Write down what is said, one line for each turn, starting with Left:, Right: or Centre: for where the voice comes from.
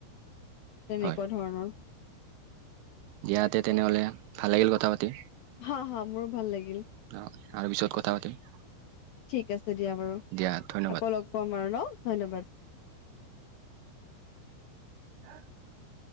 Left: তেনেকুৱা
Right: হয়
Left: ধৰণৰ।
Right: দিয়া তে তেনেহলে ভাল লাগিল কথা পাতি।
Left: হ হ মোৰো ভাল লাগিল।
Right: অহ আৰু পিছত কথা পাতিম।
Left: ঠিক আছে দিয়া বাৰু
Right: দিয়া ধন্যবাদ
Left: আকৌ লগ পাম আৰু ন। ধন্যবাদ।
Right: <unintelligible>